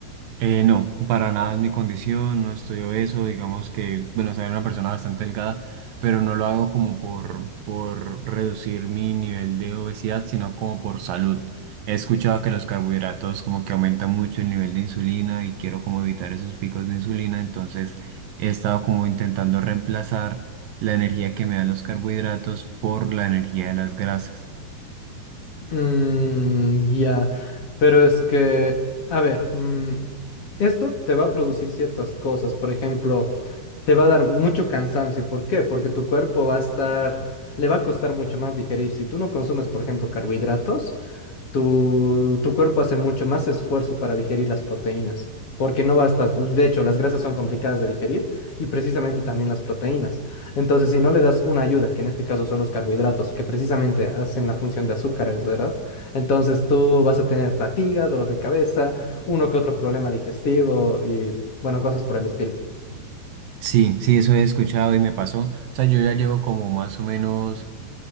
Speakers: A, on the right; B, on the left.
A: Eh, no, para nada es mi condición, no estoy obeso, digamos que, bueno, soy una persona bastante delgada, pero no lo hago como por, por reducir mi nivel de obesidad, sino como por salud. He escuchado que los carbohidratos como que aumentan mucho el nivel de insulina y quiero como evitar esos picos de insulina, entonces he estado como intentando reemplazar la energía que me dan los carbohidratos por la energía de las grasas.
B: Mm, ya, Pero es que, a ver, mm, esto te va a producir ciertas cosas. Por ejemplo, te va a dar mucho cansancio. ¿Por qué? Porque tu cuerpo va a estar, le va a costar mucho más digerir. Si tú no consumes, por ejemplo, carbohidratos, tu, tu cuerpo hace mucho más esfuerzo para digerir las proteínas, porque no basta, de hecho, las grasas son complicadas de digerir y precisamente también las proteínas. Entonces, si no le das una ayuda, que en este caso son los carbohidratos, que precisamente hacen la función de azúcares, ¿verdad? Entonces tú vas a tener fatiga, dolor de cabeza, uno que otro problema digestivo y, bueno, cosas por el estilo.
A: Sí, sí, eso he escuchado y me pasó. O sea, yo ya llevo como más o menos